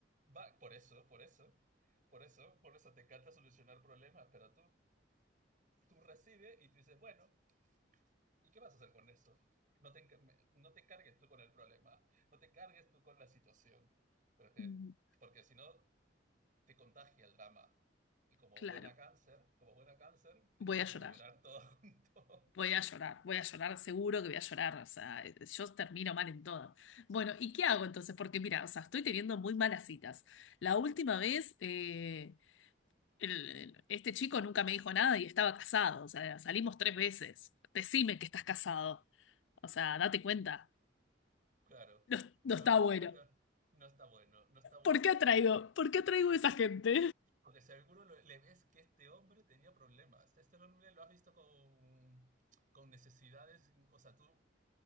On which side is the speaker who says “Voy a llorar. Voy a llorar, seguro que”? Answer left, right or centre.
Left